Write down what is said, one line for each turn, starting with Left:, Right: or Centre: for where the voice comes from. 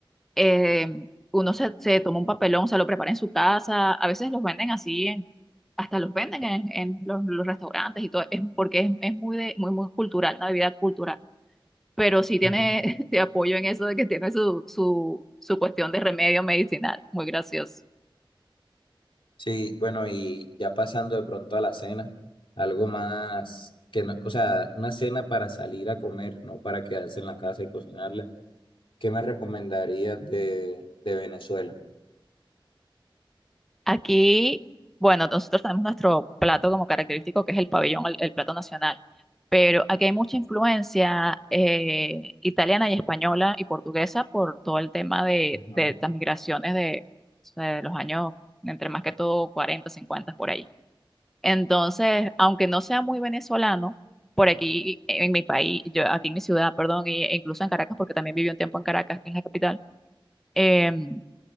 Centre: eh, uno se, se toma un papelón, se lo prepara en su casa, a veces los venden así, en- hasta los venden en, en los, los restaurantes y todo, es porque es, es muy, de, muy, muy cultural, una bebida cultural. Pero sí tiene,
Left: ujú.
Centre: <laughs> te apoyo en eso de que tiene su, su, su cuestión de remedio medicinal, muy gracioso.
Left: Sí, bueno, y ya pasando de pronto a la cena, algo más que no, o sea, una cena para salir a comer, no para quedarse en la casa y cocinarla. ¿Qué me recomendarías de, de Venezuela?
Centre: Aquí, bueno, nosotros tenemos nuestro plato como característico, que es el pabellón, el, el plato nacional, pero aquí hay mucha influencia eh, italiana y española y portuguesa por todo el tema de,
Left: Ujú,
Centre: de las migraciones de, o sea, de los años, entre más que todo cuarenta cincuenta por ahí. Entonces, aunque no sea muy venezolano, por aquí en mi país, yo, aquí en mi ciudad, perdón, y- e incluso en Caracas, porque también viví un tiempo en Caracas, que es la capital. em,